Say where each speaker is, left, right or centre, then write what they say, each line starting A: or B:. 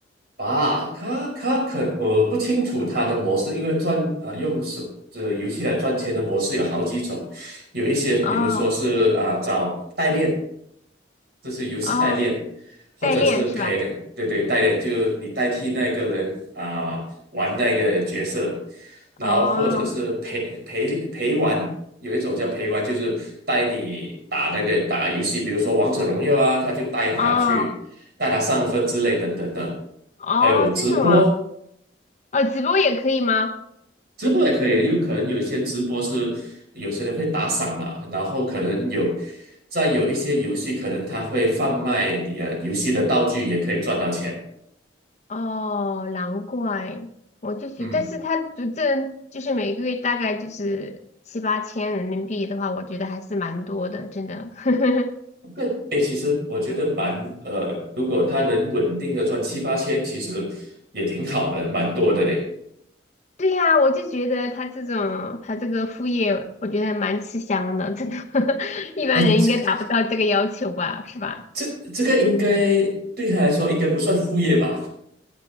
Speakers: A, on the right; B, on the left.
A: 啊，他他可我不清楚他的模式，因为赚啊，用手这游戏来赚钱的模式有好几种，有一些比如说是啊、
B: 哦
A: 找代练，这是游戏代练，
B: 哦，
A: 或者是陪对对代练，
B: 代练是吧？
A: 就你代替那个人啊、玩那个角色，然后或者是陪陪陪玩，
B: 哦
A: 有一种叫陪玩，就是带你打那个打游戏，比如说王者荣耀啊，他就带他去。
B: 哦
A: 大他上分之类等等的，
B: 哦，
A: 还有直播，
B: 这是什么？哦，直播也可以吗？
A: 直播也可以，有可能有一些直播是有些人会打赏嘛，然后可能有在有一些游戏，可能他会贩卖呃游戏的道具，也可以赚到钱。
B: 哦，难怪，我就觉得，
A: 嗯，
B: 但是他就这就是每个月大概就是七八千人民币的话，我觉得还是蛮多的，真的。<laughs>
A: 这哎，其实我觉得蛮呃，如果他能稳定的赚七八千，其实也挺好的，蛮多的嘞。
B: 对呀，我就觉得他这种他这个副业，我觉得蛮吃香的，真的，<laughs> 一般人应该达不到这个要求吧，
A: 啊，这个
B: 是吧？
A: 这这个应该对他来说应该不算副业吧？